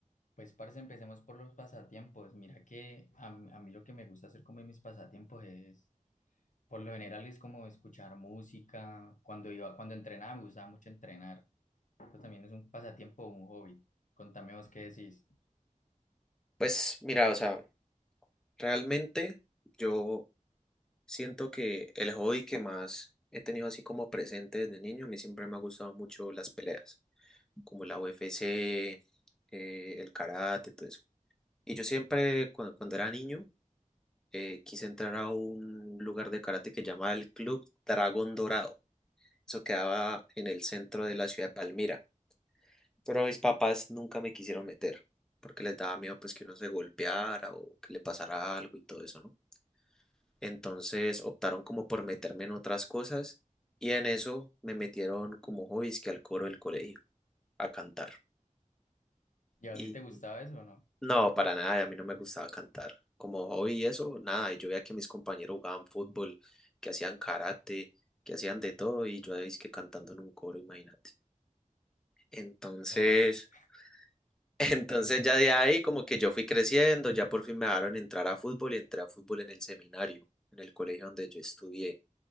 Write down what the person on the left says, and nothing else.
Pues, parce, empecemos por los pasatiempos. Mira que a, m- a mí lo que me gusta hacer como en mis pasatiempos es, por lo general, es como escuchar música. Cuando iba, cuando entrenaba, me gustaba mucho entrenar. Eso también es un pasatiempo, un hobby. Contame vos qué decís.
¿Y a
vos sí te gustaba eso o no?
No.